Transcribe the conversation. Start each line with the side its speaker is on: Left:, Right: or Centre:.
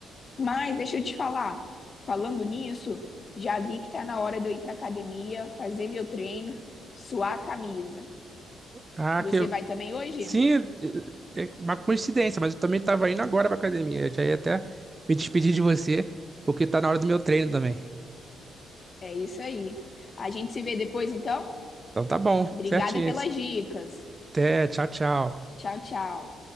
Left: Mas deixa eu te falar, falando nisso, já vi que tá na hora de eu ir pra academia, fazer meu treino, suar a camisa.
Right: Ah,
Left: Você
Right: que eu-
Left: vai também hoje?
Right: sim, é é uma coincidência, mas eu também estava indo agora para academia. Eu já ia até me despedir de você, porque tá na hora do meu treino também.
Left: É isso aí. A gente se vê depois, então?
Right: Então tá bom,
Left: Obrigada
Right: certinho.
Left: pelas dicas.
Right: Até, tchau, tchau.
Left: Tchau, tchau.